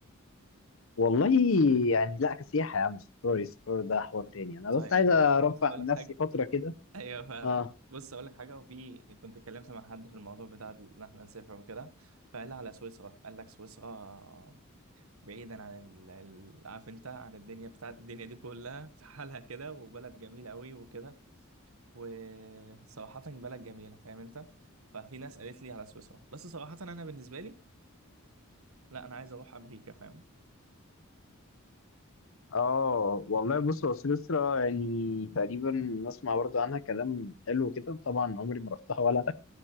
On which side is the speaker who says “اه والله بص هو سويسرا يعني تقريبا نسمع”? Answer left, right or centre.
Left